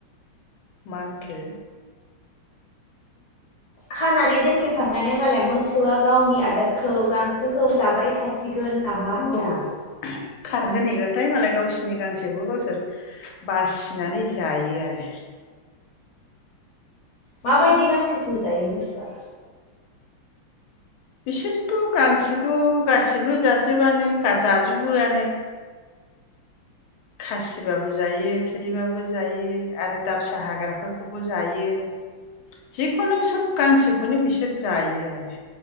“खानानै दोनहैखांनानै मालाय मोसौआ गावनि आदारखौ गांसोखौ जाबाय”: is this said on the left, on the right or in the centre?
Left